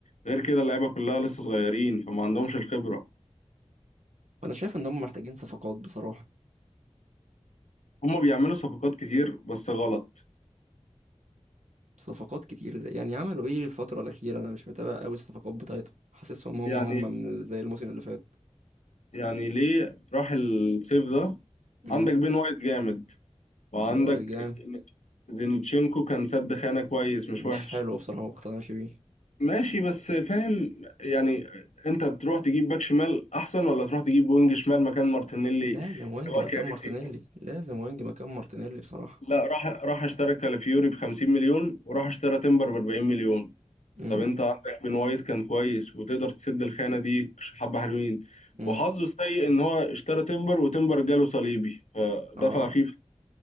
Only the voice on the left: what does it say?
غير كده اللعيبة كلها لسه صغيرين فما عندهمش الخبرة
هما بيعملوا صفقات كتير بس غلط
يعني
يعني ليه راح الصيف ده
عندك بين وايت جامد وعندك
زين- زينتشينكو كان سد خانة كويس مش
وحش
ماشي بس فاهم يعني انت تروح تجيب باك شمال احسن ولا تروح تجيب وينج شمال مكان مارتينيلي
اللي
هو كارثي
لا راح راح اشترى كالافيوري ب 50 مليون وراح اشترى تمبر ب 40 مليون
طب انت عندك بن وايت كان كويس وتقدر تسد الخانه دي حبه حلوين
وحظه السيء ان هو اشترى تمبر وتمبر جاله صليبي فدفع
فيه